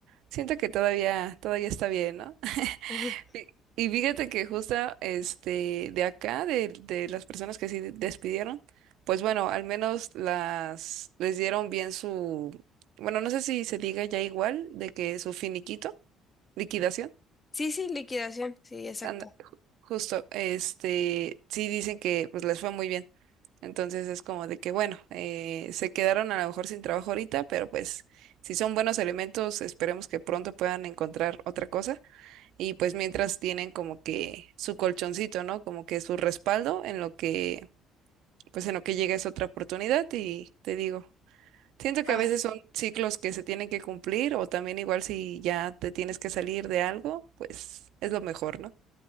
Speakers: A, on the right; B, on the left.
A: siento que todavía, todavía está bien, ¿no? <laughs>
B: Ujú.
A: Y y fíjate que justo este de acá, de, de las personas que sí despidieron, pues bueno, al menos las les dieron bien su, bueno, no sé si se diga ya igual, de que su finiquito, liquidación,
B: Sí, sí, liquidación, sí, exacto.
A: anda- justo, este, sí dicen que pues les fue muy bien. Entonces es como de que, bueno, eh, se quedaron a lo mejor sin trabajo ahorita, pero pues si son buenos elementos, esperemos que pronto puedan encontrar otra cosa. Y pues mientras tienen como que su colchoncito, ¿no? Como que su respaldo en lo que, pues en lo que llega es otra oportunidad y te digo. Siento que
B: Ah,
A: a veces son ciclos que se tienen que cumplir o también igual si ya te tienes que salir de algo, pues es lo mejor, ¿no?